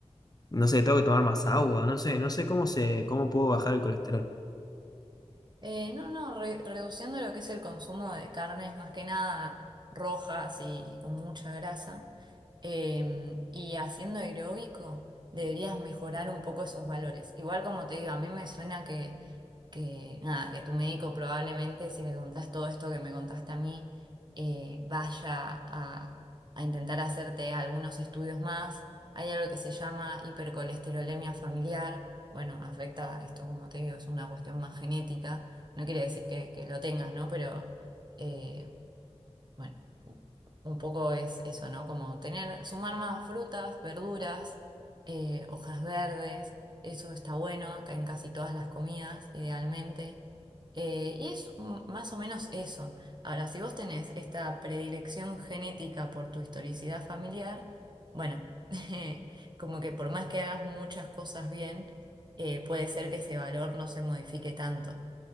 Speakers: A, on the left; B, on the right.
A: no sé, tengo que tomar más agua, no sé, no sé cómo se, cómo puedo bajar el colesterol.
B: Eh, no, no, re- reduciendo lo que es el consumo de carnes, más que nada rojas y, y con mucha grasa. Eh, y haciendo aeróbico deberías mejorar un poco esos valores. Igual como te digo, a mí me suena que, que, nada, que tu médico probablemente, si le contás todo esto que me contaste a mí, eh, vaya a, a intentar hacerte algunos estudios más. Hay algo que se llama hipercolesterolemia familiar. Bueno, afecta, esto como te digo, es una cuestión más genética. No quiere decir que, que lo tengas, ¿no? Pero... eh, bueno, un poco es eso, ¿no? Como tener, sumar más frutas, verduras, eh, hojas verdes, eso está bueno, acá en casi todas las comidas, idealmente. Eh, y es mm, más o menos eso. Ahora, si vos tenés esta predilección genética por tu historicidad familiar, bueno, <laughs> como que por más que hagas muchas cosas bien, eh, puede ser que ese valor no se modifique tanto.